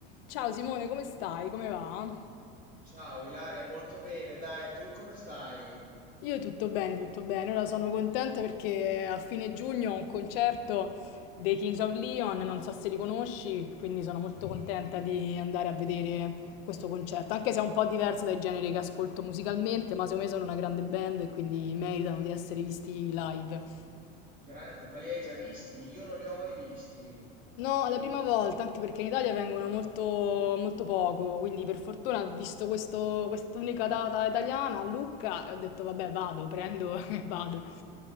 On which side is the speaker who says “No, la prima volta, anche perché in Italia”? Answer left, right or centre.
Left